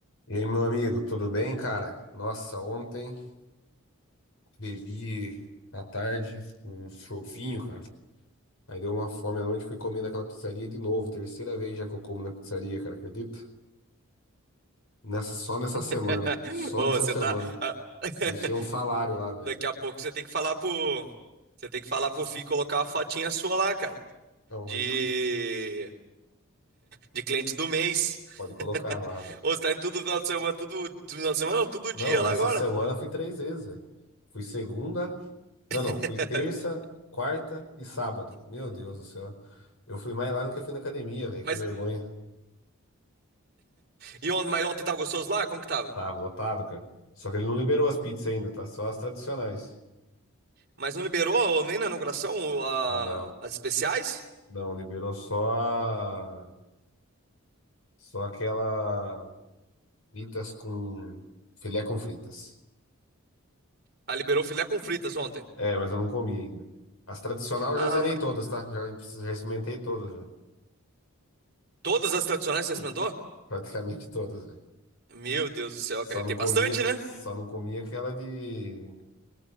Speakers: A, on the left; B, on the right.
A: E aí, meu amigo, tudo bem, cara? Nossa, ontem bebi à tarde um chovinho, cara. Aí deu uma fome à noite, fui comer naquela pizzaria de novo. Terceira vez já que eu como na pizzaria, cara, acredita? Nessa, só nessa semana.
B: <laughs>
A: Só
B: Ô,
A: nessa
B: você
A: semana.
B: tá. <laughs>
A: Deixei um salário lá, velho.
B: Daqui a pouco você tem que falar pro. Você tem que falar pro Fih colocar uma fotinha sua lá, cara.
A: Não,
B: De.
A: vai,
B: De cliente do mês.
A: pode colocar
B: <laughs>
A: lá, velho.
B: Ô, você tá indo todo final de semana, tudo. Final de semana, não, todo
A: Não,
B: dia lá
A: essa
B: agora.
A: semana fui três vezes, velho. Fui segunda. Não, não,
B: <laughs>
A: fui terça, quarta e sábado. Meu Deus do céu. Eu fui mais lá do que fui na academia, velho.
B: Mas.
A: Que vergonha.
B: E ontem, mas ontem tava gostoso lá? Como que tava?
A: Tava lotado, cara. Só que ele não liberou as pizzas ainda, tá? Só as tradicionais.
B: Mas não liberou ô, nem na inauguração ô, a-
A: Não,
B: as especiais?
A: não, liberou só a... só aquela fritas com filé com fritas.
B: Ah, liberou filé com fritas ontem.
A: É, mas eu não comi ainda. As tradicionais eu
B: Ah,
A: já zerei
B: mas-
A: todas, tá? Já, já experimentei todas já.
B: todas as tradicionais você
A: <laughs>
B: experimentou?
A: Praticamente todas, velho.
B: Meu Deus do céu,
A: Só
B: cara. E
A: não
B: tem
A: comia,
B: bastante, né?
A: só não comia aquela de